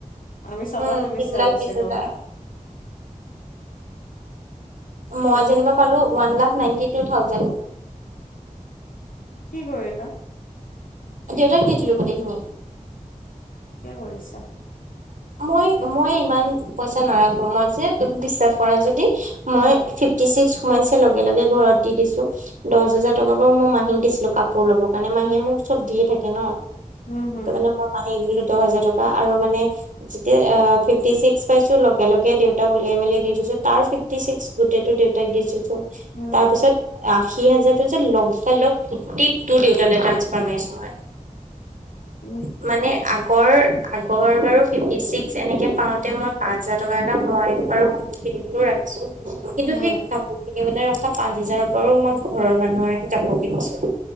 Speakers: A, on the left (about 80°); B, on the right (about 65°).
A: আমি ছটা
B: উম
A: চেমিষ্টাৰ
B: তিনি লাখ
A: দিছিলো
B: বিশ হাজাৰ
A: ন?
B: মই
A: ক'ত
B: যেনিবা পালো one lakh ninety two thousand.
A: কি কৰিলা?
B: দেউতাক দি দিলো গোটেইখিনি।
A: কি কৰিছ?
B: মই মই ইমান পইচা নাৰাখো মই যে তুমি বিশ্বাস কৰা যদি মই
A: উম
B: ফী টি ছিক্স সোমাইছে লগে লগে ঘৰত দি দিছো। দহ হেজাৰ টকা বাৰু মই মাহীক দিছিলো কাপোৰ লবৰ কাৰণে, মাহীয়ে মোক চব দিয়ে থাকে ন।
A: হম হম
B: ত মানে মই মাহী দিলো দহ হাজাৰ টকা আৰু মানে যেতিয়া ফিফটি ছিক্স পাইছো লগে লগে দেউতাক উলিয়াই মেলি দি দিছো, তাৰ ফিফটি চিক্স গোটেইটো দেউতাক দি দিছোঁ,
A: উম
B: তাৰপিছত আশী হাজাৰটো যে লগা লগ গোটেই তোৰ দেউতালৈ ট্ৰানসফাৰ মাৰিছো মই। <unintelligible>
A: উ
B: মানে আগৰ আগৰ বাৰু ফিফটি ছিক্স এনেকে পাওঁতে মই পাচহেজাৰ টকা এটা মই বাৰু কাপোৰ কিনিবলৈ ৰাখিছোঁ। কিন্তু
A: উম
B: সেই কাপোৰ কিনিবলৈ ৰখা পাঁচ হাজাৰৰ পৰাও মই ঘৰৰ মানুহৰহে কাপোৰ কিনিছোঁ।